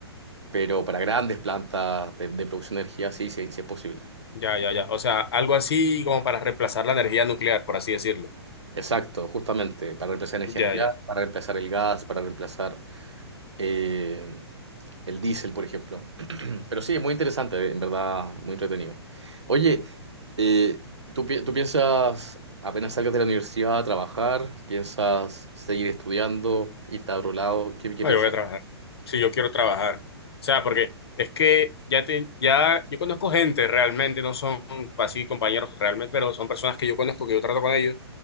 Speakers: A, on the right; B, on the left.
A: pero para grandes plantas de, de producción de energía sí, sí, sí es posible.
B: Ya, ya, ya. O sea, algo así como para reemplazar la energía nuclear, por así decirlo.
A: Exacto, justamente, para reemplazar energía
B: Ya,
A: nuclear,
B: ya.
A: para reemplazar el gas, para reemplazar eh, el diésel, por ejemplo. <clears throat> Pero sí, es muy interesante, en verdad, muy entretenido. Oye, eh, ¿tú, pi- tú piensas, apenas salgas de la universidad a trabajar, piensas seguir estudiando, irte a otro lado? ¿Qué, qué
B: No,
A: piensas?
B: yo voy a trabajar. Sí, yo quiero trabajar. O sea, porque es que ya te, ya yo conozco gente realmente, no son así compañeros realmente, pero son personas que yo conozco, que yo trato con ellos,